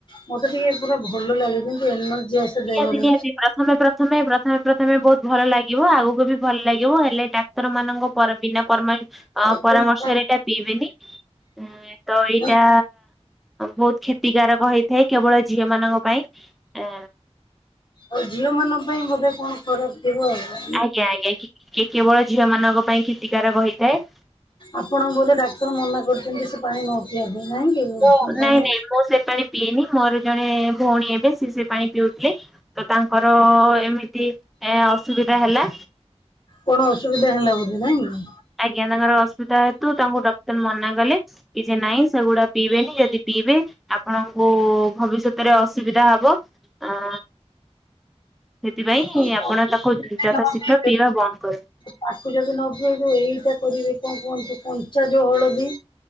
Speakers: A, on the left; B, in the centre.
A: ମତେ ଟିକେ ପୁରା ଭଲ ଲାଗେ। ଯେମିତି ଏନର୍ଜି ଆସେ। ଦେହରେ
B: ନିହାତି ନିହାତି। ପ୍ରଥମେ, ପ୍ରଥମେ, ପ୍ରଥମେ ପ୍ରଥମେ ବହୁତ ଭଲ ଲାଗିବ। ଆଗକୁ ବି ଭଲ ଲାଗିବ। ହେଲେ ଟା ଡାକ୍ତର ମାନଙ୍କ ପରା- ବିନା ପରମାନ, ଆ
A: ଆଉ
B: ପରାମର୍ଶରେ
A: ସେ ମାନେ
B: ଏଇଟା ପିଇବେନି। ହଁ ତ ଏଇଟା
A: ମୁଁ-
B: ବହୁତ କ୍ଷତିକାରକ ହେଇଥାଏ କେବଳ ଝିଅ ମାନଙ୍କ ପାଇଁ। ଏ
A: ଆଉ ଝିଅ ମାନଙ୍କ ପାଇଁ ବୋଧେ କଣ ଖରାପ ଥିବ ଆ?
B: ଆଜ୍ଞା ଆଜ୍ଞା। କେ- କେ କେବଳ ଝିଅ ମାନଙ୍କ ପାଇଁ କ୍ଷତିକାରକ ହୋଇଥାଏ।
A: ଆପଣଙ୍କୁ ବୋଧେ ଡାକ୍ତର ମନା କରିଚନ୍ତି ସେ ପାଣି ନ ପିଇବା ପାଇଁ, ନାଇଁକି
B: ମୁଁ
A: ଉଷୁମ
B: ନାଇଁ
A: ପାଣି?
B: ନାଇଁ ମୁଁ ସେ ପାଣି ପିଏନି ମୋର ଜଣେ ଭଉଣୀ ହେବେ ସିଏ ସେ ପାଣି ପିଉଥିଲେ। ତ ତାଙ୍କର ଏମିତି ଏ ଅସୁବିଧା ହେଲା।
A: କଣ ଅସୁବିଧା ହେଲା ବୋଧେ ନାଇଁ?
B: ଆଜ୍ଞା, ତାଙ୍କର ଅସୁବିଧା ହେତୁ ତାଙ୍କୁ ଡକ୍ଟର ମନା କଲେ, କି ଯେ ନାଇଁ ସେଗୁଡା ପିଇବେନି। ଯଦି ପିଇବେ, ଆପଣଙ୍କୁ ଭବିଷ୍ୟତରେ ଅସୁବିଧା ହବ। ଆ ସେଥିପାଇଁ,
A: ଆଉ
B: ଆପଣ
A: କଣ
B: ତାକୁ
A: ଯେବେ
B: ଯଥାଶୀଘ୍ର
A: ନ ପିଇବେ
B: ପିଇବା ବନ୍ଦ କରନ୍ତୁ।
A: ତାକୁ ଯଦି ନ ପିଉଛୁ ଯୋଉ ଏଇଟା କରିବେ, କଣ କୁହନ୍ତୁ କଞ୍ଚା ଯୋଉ ହଳଦୀ